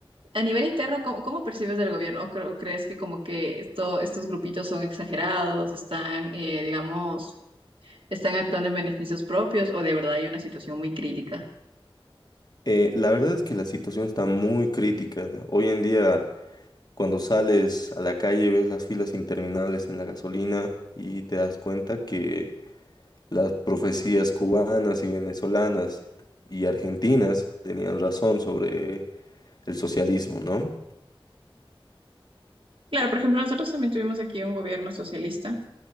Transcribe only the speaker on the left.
Eh, la verdad es que la situación está muy crítica. Hoy en día, cuando sales a la calle, ves las filas interminables en la gasolina y te das cuenta que las profecías cubanas y venezolanas y argentinas tenían razón sobre el socialismo, ¿no?